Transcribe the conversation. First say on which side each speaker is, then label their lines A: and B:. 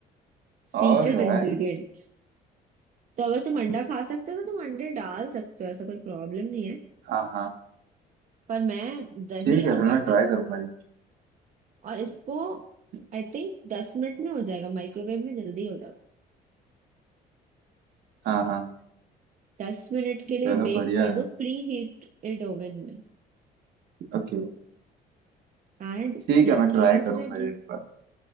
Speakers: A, on the right; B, on the right.
A: Secret
B: ऑलराइट
A: ingredient तो अगर तुम अंडा खा सकते हो तो तुम अंडे डाल सकते हो ऐसा कोई प्रॉब्लम नहीं है
B: हाँ हाँ
A: पर मैं दही
B: ठीक है
A: और
B: फिर
A: बटर
B: मैं ट्राई करूंगा ये
A: और इसको
B: चीज़।
A: आई थिंक दस मिनट में हो जाएगा माइक्रोवेव में जल्दी हो जाएगा
B: हाँ हाँ
A: दस मिनट के लिए
B: चलो
A: बेक
B: बढ़िया
A: कर दो
B: है
A: प्री हीटेड ओवन में
B: ओके
A: and
B: ठीक
A: yeah
B: है मैं
A: cake
B: ट्राई
A: is
B: करूंगा
A: ready
B: ये एक बार